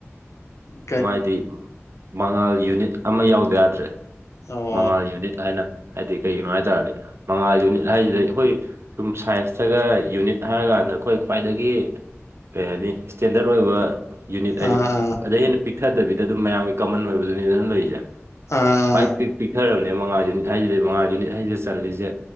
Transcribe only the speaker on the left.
ꯎꯝ
ꯑꯣ
ꯑꯥ ꯑꯥ
ꯑꯥ